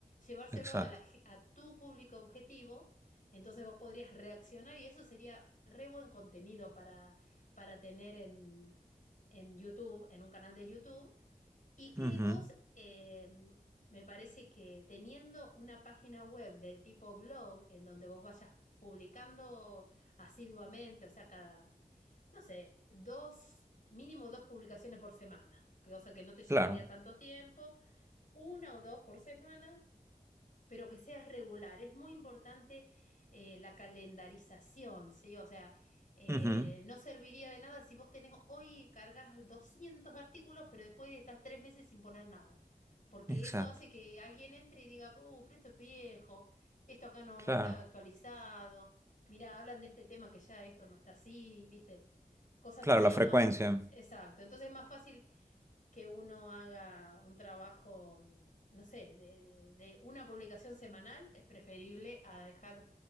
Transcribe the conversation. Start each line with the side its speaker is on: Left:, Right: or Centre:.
Left: llevárselo
Right: exacto.
Left: a, la ge- a tu público objetivo entonces vos podrías reaccionar y eso sería re buen contenido para, para tener en, en YouTube, en un canal de YouTube. Y que
Right: Ujú.
Left: vos, eh, me parece que teniendo una página web del tipo blog, en donde vos vayas publicando asiduamente, o sea, cada, no sé, dos, mínimo dos publicaciones por semana, que, o sea, que no te llevaría
Right: Claro.
Left: tanto tiempo, una o dos por semana pero que seas regular. Es muy importante eh, la calendarización, ¿sí? O sea, eh,
Right: Ujú,
Left: no serviría de nada si vos tenés hoy cargas 200 artículos, pero después estás tres meses sin poner nada. Porque
Right: Exacto,
Left: eso hace que alguien entre y diga, uh, pero esto es viejo, esto acá no,
Right: claro,
Left: no está actualizado, mirá, hablan de este tema que ya esto no está así, ¿viste? Cosas
Right: claro,
Left: así,
Right: la frecuencia,
Left: ¿no? Exacto. Entonces es más fácil que uno haga un trabajo, mm, no sé, de, de- de una publicación semanal es preferible a dejar